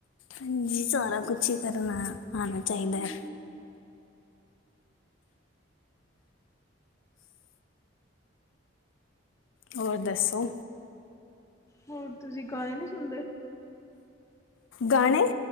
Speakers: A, on the left (about 85°); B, on the left (about 15°).
A: ਹਾਂਜੀ, ਸਾਰਾ ਕੁਛ ਹੀ ਕਰਨਾ ਆਉਣਾ ਚਾਹੀਦਾ
B: ਹਮ
A: ਐ। ਹੋਰ ਦੱਸੋ।
B: ਹੋਰ ਤੁਸੀਂ ਗਾਣੇ ਨਹੀਂ ਸੁਣਦੇ।
A: ਗਾਣੇ